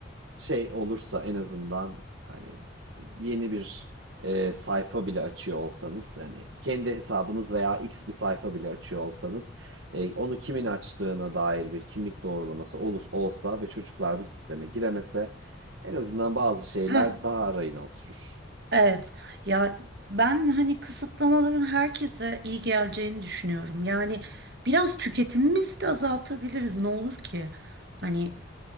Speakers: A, on the right (about 75°); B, on the right (about 60°).
A: şey olursa en azından hani yeni bir e, sayfa bile açıyor olsanız yani kendi hesabınız veya X bir sayfa bile açıyor olsanız e, onu kimin açtığına dair bir kimlik doğrulaması olus olsa ve çocuklar bu sisteme giremese en azından bazı şeyler
B: Heh,
A: daha arayına oturur.
B: Evet ya ben hani kısıtlamaların herkese iyi geleceğini düşünüyorum. Yani biraz tüketimimizi de azaltabiliriz ne olur ki? Hani